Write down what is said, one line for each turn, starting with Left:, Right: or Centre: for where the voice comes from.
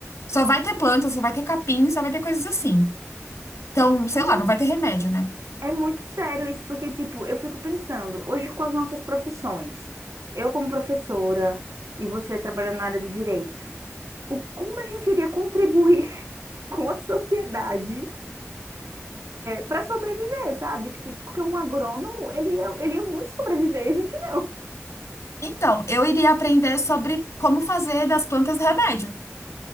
Left: só vai ter plantas, só vai ter capim, só vai ter coisas assim. Então, sei
Right: Mas
Left: lá,
Right: é
Left: não vai ter remédio, né?
Right: É muito sério isso, porque, tipo, eu fico pensando, hoje com as nossas profissões, eu como professora e você trabalhando na área do direito, o como a gente iria contribuir <laughs> com a sociedade para sobreviver, sabe? Tipo, porque um agrônomo, ele ia, ele ia muito sobreviver e a gente não.
Left: Então, eu iria aprender sobre como fazer das plantas remédio.